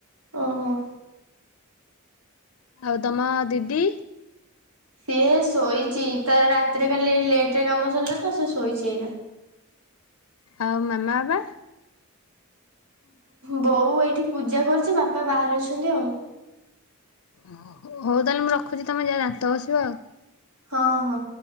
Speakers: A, on the right (about 85°); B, on the left (about 75°).
A: ଓହୋ
B: ଆଉ ତମ ଦିଦି
A: ସିଏ ଶୋଇଛି ତ ରାତିରେ କାଲି ଲେଟ ରେ କାମ ସରିଲା ତ ସେ ଶୋଇଛି ଏଇନା
B: ଆଉ ମାମା ବାବା
A: ବୋଉ ଏଇଠି ପୂଜା କରୁଛି ବାପା ବାହାରେ ଅଛନ୍ତି ଆଉ
B: ଓ ହଉ ତାହେଲେ ମୁଁ ରଖୁଛି ତମେ ଯା ଦାନ୍ତ ଘସିବ ଆଉ
A: ହଁ ହଁ